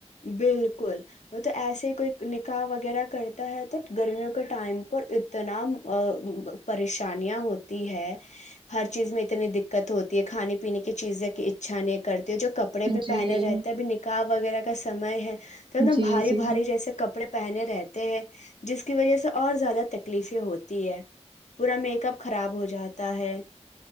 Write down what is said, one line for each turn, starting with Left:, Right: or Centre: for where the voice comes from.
Left: بالکل تو ایسے ہی کوئی نکاح وغیرہ کرتا ہے تو گرمیوں کے ٹائم پر اتنا پریشانیاں ہوتی ہوتی ہے ہر چیز میں اتنی دقت ہوتی ہے کھانے پینے کی چیزیں کی اچھا نہیں کر جو کپڑے بھی
Right: جی
Left: پہنے رہتے ہیں ابھی نکاح وغیرہ کا سمے ہے تو ایک ن
Right: جی
Left: بھاری
Right: جی
Left: بھاری جیسے کپڑے پہنے رہتے ہیں جس کی وجہ سے اور زیادہ تکلیفیں ہوتی ہے پورا میک اپ خراب ہو جاتا ہے